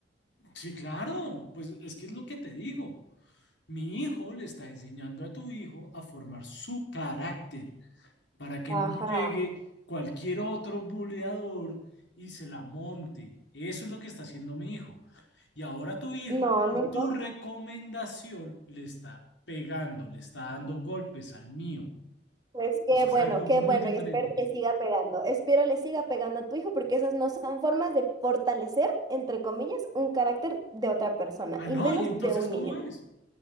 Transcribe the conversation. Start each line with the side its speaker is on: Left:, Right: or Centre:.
Left: Sí, claro. Pues es que es lo que te digo. Mi hijo le está enseñando a tu hijo a formar su carácter. para que
Right: Ajá.
Left: no llegue cualquier otro buleador y se la monte. Eso es lo que está haciendo mi hijo. Y ahora tu hijo,
Right: No,
Left: por
Right: no, no.
Left: tu recomendación, le está pegando, le está dando golpes al mío.
Right: Pues qué
Left: Eso es
Right: bueno,
Left: algo
Right: qué
Left: muy
Right: bueno,
Left: diferente.
Right: y espero le siga pegando. Espero le siga pegando a tu hijo porque esas no son formas de fortalecer, entre comillas, un carácter de otra persona,
Left: Ah,
Right: y
Left: no,
Right: menos
Left: y entonces,
Right: de un
Left: ¿cómo
Right: niño.
Left: es?